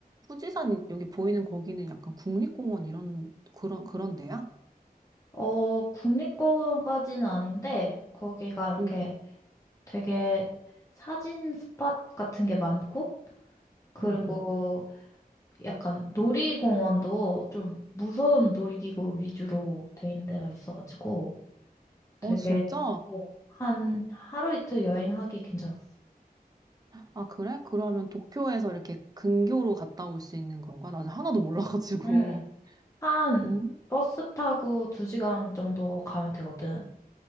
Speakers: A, on the right; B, on the left.
A: 후지산이, 여기 보이는 거기는 약간 국립공원 이런, 그런, 그런 데야?
B: 어, 국립공원까지는 아닌데, 거기가 이렇게
A: 응, 응,
B: 되게 사진 스팟 같은 게 많고, 그리고
A: 응, 응.
B: 약간 놀이공원도 좀 무서운 놀이기구 위주로 돼 있는 데가 있어가지고, 되게
A: 어, 진짜?
B: 어, 한 하루 이틀 여행하기 괜찮았어.
A: 아, 그래? 그러면 도쿄에서 이렇게 근교로 갔다 올 수 있는 건가? 나 하나도 몰라가지고.
B: 응, 한
A: 음.
B: 버스 타고 두 시간 정도 가면 되거든.